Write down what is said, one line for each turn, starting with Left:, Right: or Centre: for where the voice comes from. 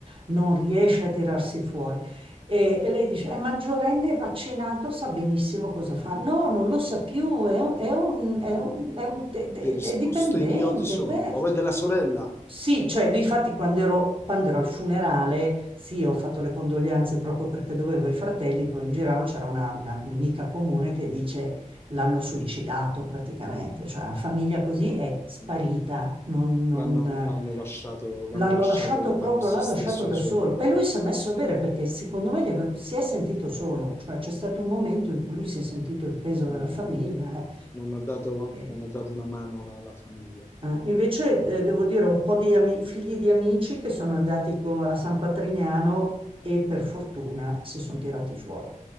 Right: non riesce a tirarsi fuori. E, e lei dice, è maggiorenne, è vaccinato, sa benissimo cosa fa. No, non lo sa più, è, un- è un- è un- è un- è- è-
Left: Che risposte
Right: è dipendente.
Left: idioti sono?
Right: Per...
Left: Ma poi della sorella
Right: Sì, cioè, difatti quando ero, quando ero al funerale, sì, ho fatto le condoglianze proprio perché dovevo i fratelli, poi in giro c'era una, una un'amica comune che dice, l'hanno suicidato praticamente, cioè una famiglia così è sparita,
Left: Mm.
Right: non, non-
Left: l'hanno l'hanno lasciato, l'hanno
Right: l'hanno
Left: lasciato
Right: lasciato
Left: in mano
Right: proprio,
Left: a se
Right: l'hanno
Left: stesso
Right: lasciato da
Left: e ai suoi
Right: solo
Left: problemi.
Right: e lui si è messo a bere perché secondo me gli ave- si è sentito solo, cioè c'è stato un momento in cui lui si è sentito il peso della
Left: Mm.
Right: famiglia. eh.
Left: Non ha dato, non
Right: E-
Left: ha dato una mano alla alla famiglia.
Right: eh, Invece eh, devo dire un po' di ami- figli di amici che sono andati co- a San Patrignano e per fortuna si sono tirati fuori.